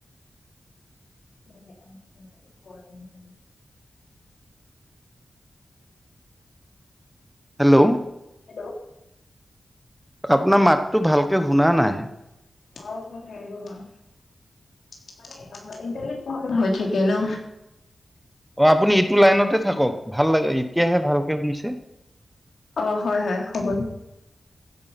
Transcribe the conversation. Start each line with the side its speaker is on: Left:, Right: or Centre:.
Left: <inaudible>
Centre: হেল্ল'
Left: হেল্ল'
Centre: আপোনাৰ মাততো ভালকে শুনা নাই।
Left: ইন্টাৰনেট প্ৰব্লেম হৈ থাকে ন
Centre: অ আপুনি এইটো লাইনতে থাকক ভাল লাগে এতিয়াহে ভালকে শুনিছে।
Left: অ হয় হয় হ'ব দে